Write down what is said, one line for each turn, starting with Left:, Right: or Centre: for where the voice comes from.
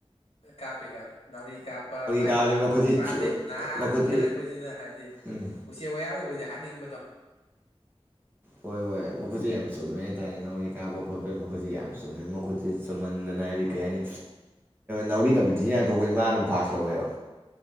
Left: ꯀꯥꯄꯤ ꯀꯥꯄꯤ ꯅꯥꯎꯔꯤ ꯀꯥꯞꯄ ꯄꯥꯏꯕ
Right: ꯀꯥꯕꯁꯤ ꯃꯈꯨꯠꯁꯤ
Left: ꯄꯥꯝꯃꯦ
Right: ꯁꯨꯠ
Left: ꯅꯍꯥ
Right: ꯃꯈꯨꯠꯁꯤ
Left: ꯏꯪꯈꯠꯂꯛꯄꯁꯤꯅ ꯍꯥꯏꯗꯤ
Right: ꯎꯝ
Left: ꯎꯆꯦꯛ ꯋꯥꯌꯥ ꯎꯕꯁꯦ ꯍꯥꯅꯤꯡꯕꯗꯣ
Right: ꯍꯣꯏ ꯍꯣꯏ ꯃꯈꯣꯏꯁꯨ ꯌꯥꯝ ꯆꯨꯝꯃꯦ ꯍꯥꯏꯇꯥꯔꯦ ꯅꯥꯎꯔꯤ ꯀꯥꯕ ꯈꯣꯠꯄꯒꯤ ꯃꯈꯣꯏꯁꯨ ꯌꯥꯝ ꯆꯨꯝꯃꯦ ꯃꯈꯣꯏ ꯁꯤ ꯆꯨꯝꯃꯟꯗꯅ ꯍꯥꯏꯗꯤ ꯀꯩ ꯍꯥꯏꯅꯤ ꯅꯥꯎꯔꯤ ꯀꯝꯄꯤꯇꯤꯁꯟ ꯌꯥꯝ ꯊꯣꯛꯄꯁꯤ ꯃꯥ ꯑꯗꯨꯝ ꯐꯔꯥꯁ ꯂꯧꯌꯦꯕ